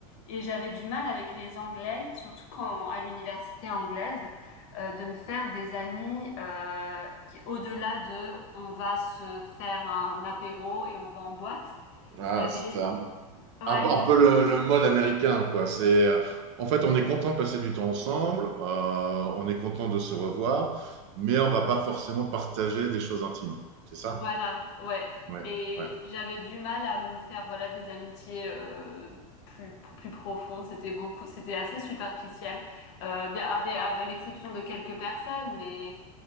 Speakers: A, on the left; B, on the right.
A: et j'avais du mal avec les Anglais, surtout quand à l'université anglaise, euh, de me faire des amis euh, qui- au-delà de on va se faire un apéro et on va en boîte.
B: Ah,
A: J'avais,
B: c'est un,
A: ouais,
B: un- un
A: ils
B: peu le, le mode américain, quoi. C'est, euh, en fait, on est content de passer du temps ensemble, euh, on est content de se revoir, mais on va pas forcément partager des choses intimes. C'est ça?
A: Voilà, ouais.
B: Ouais,
A: Et
B: ouais.
A: j'avais du mal à me faire voilà des amitiés euh, plus plus profondes. C'était beaucoup, c'était assez superficiel, euh, bien avec, avec l'exception de quelques personnes, mais